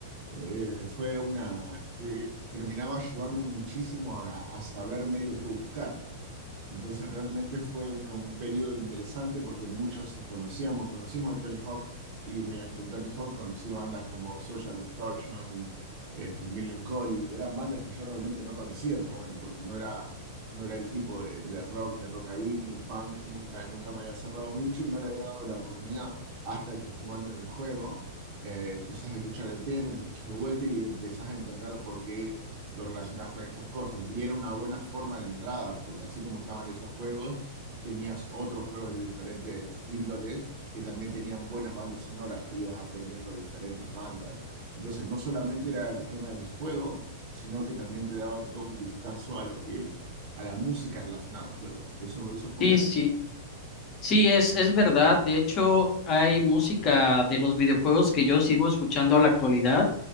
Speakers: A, on the right; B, on the left.
A: Eh, fue una... eh, terminaba ayudando muchísimo a, a saber medio qué buscar. Entonces realmente fue un, un periodo interesante porque muchos conocíamos, conocimos el Tony Hawk y mediante el Tony Hawk conocí bandas como Social Distortion, este, Millencolin, eran bandas que yo realmente no conocía en su momento porque no era, no era el tipo de, de rock, ni rockabilly, ni punk, nunca, nunca me había cerrado mucho y no le había dado la oportunidad hasta que jugando en el juego eh, empezás a escuchar el tema y lo escuchás de vuelta y empezás a entender por qué lo relacionás con estas cosas. Y era una buena forma de entrada, porque así como estaban esos juegos, tenías otros juegos de diferentes índoles que también tenían buenas bandas sonoras, e ibas aprendiendo diferentes bandas. Entonces, no solamente era el tema del juego, sino que también te daban todo un vistazo a lo que, a la música relacionada al juego. Eso, eso fue
B: Sí,
A: una de las...
B: sí, sí, es, es verdad. De hecho, hay música de los videojuegos que yo sigo escuchando a la actualidad.